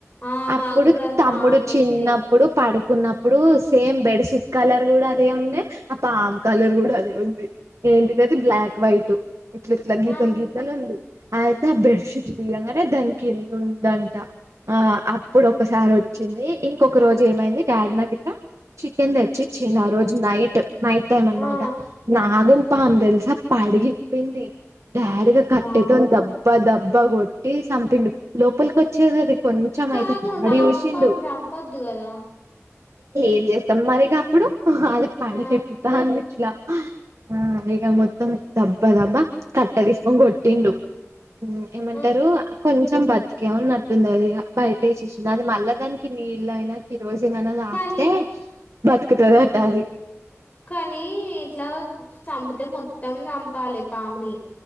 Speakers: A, on the left (about 30°); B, on the right (about 70°).
A: ఆ మాకు
B: అప్పుడు
A: కూడా
B: తమ్ముడు
A: చానా వత్తాయి
B: చిన్నప్పు ప్పుడు పడుకున్నప్పుడు సేమ్ బెడ్ షీట్ కలర్ కూడా అదే ఉండే ఆ పా కలర్ కూడా అదే ఉంది ఏంటిదది బ్లాక్ వైట్ ఇట్ల ఇట్లా గీతలు
A: ఆ
B: గీతలు ఉంది అ అయితే ఆ బెడ్ షీట్ దిగాంగానే దాని కిందుందంట ఆ అప్పుడు ఒకసారి వచ్చింది ఇంకొక రోజు ఏమైంది డాడీ నాకుట్లా చికెన్ తెచ్చిచ్చన్ ఆ రోజు నైట్ నైట్ లేమనమాట
A: ఆ
B: నాగమ్ పామె తెలిసా అ పడగిప్పింది డాడీగా కట్టేతోంది
A: వామ్మో
B: దబ్బా దబ్బా కొట్టి చంపిండు లోపలికి వచ్చేది అది కొంచం
A: కాదు
B: అయితే డాడీ
A: నాగంపాము
B: చూసిండు
A: చంపొద్దు కదా
B: ఏం చేస్తాం మరిక అప్పుడు అది పడగెత్తుతాంది
A: ఆ
B: ఇట్లా ఆ ఇగ మొత్తం దబ్బా దబ్బా కట్ట తీసుకొని కొట్టిండు ఏమంటారు
A: ఆహా
B: కొంచెం బ ఏమని నట్టుంది అది బయట వసేసింది అది మళ్ళా దానికి నీళ్ళయినా కిరోసినయినా
A: కానీ
B: అతే బతుకుతది అట్టది
A: కానీ ఇట్లా చంపితే మొత్తం చంపాలి పాముని